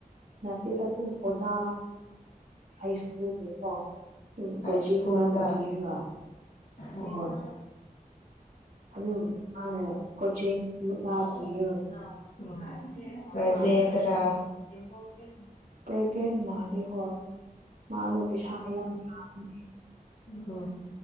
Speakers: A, on the right (about 90°); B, on the left (about 90°).
A: ꯅꯠꯇꯦꯗ ꯑꯗꯨꯝ ꯑꯣꯖꯥ ꯍꯥꯏ ꯁ꯭ꯀꯨꯜꯗꯀꯣ ꯑꯗꯨꯝ
B: ꯍꯥꯏ
A: ꯀꯣꯆꯤꯡ
B: ꯁ꯭ꯀꯨꯜꯗ
A: ꯃꯥꯅ ꯄꯤꯔꯒ
B: ꯎꯝ
A: ꯍꯣꯏ ꯑꯗꯨꯝ ꯃꯥꯅ ꯀꯣꯆꯤꯡ ꯑꯣꯖꯥ
B: ꯎꯝ
A: ꯄꯤꯔꯒ ꯑꯗꯨꯝ
B: ꯄꯔꯥꯏꯚꯦꯠꯇꯔ
A: ꯃꯥꯅ
B: ꯏꯣ ꯀ <unintelligible>
A: ꯄ꯭ꯔꯥꯏꯚꯦꯠ ꯃꯥꯅꯦ ꯍꯣꯏ ꯃꯥꯗꯣ ꯄꯩꯁꯥ ꯌꯥꯝ ꯌꯥꯝꯕꯅꯤ
B: ꯑꯣ